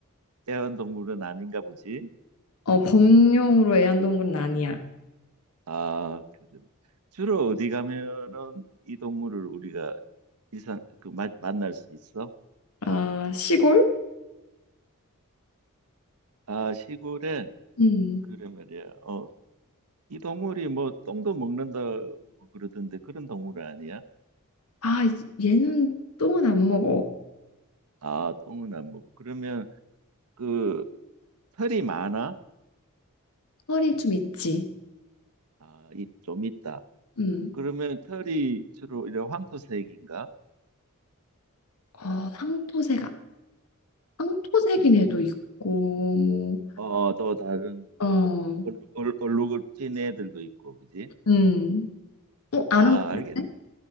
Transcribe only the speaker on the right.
애완동물은 아닌가 보지.
아, 그래. 주로 어디 가면은 이 동물을 우리가 이상 그 마- 만날 수 있어?
아, 시골에
그래 말이야. 어, 이 동물이 뭐 똥도 먹는다 그러던데 그런 동물 아니야?
아, 똥은 안 먹어. 그러면 그 털이 많아?
아, 이 좀 있다.
그러면 털이 주로 이런 황토색인가?
어, 또 다른
얼- 얼- 얼룩을 진 애들도 있고, 그지?
아,
알겠다.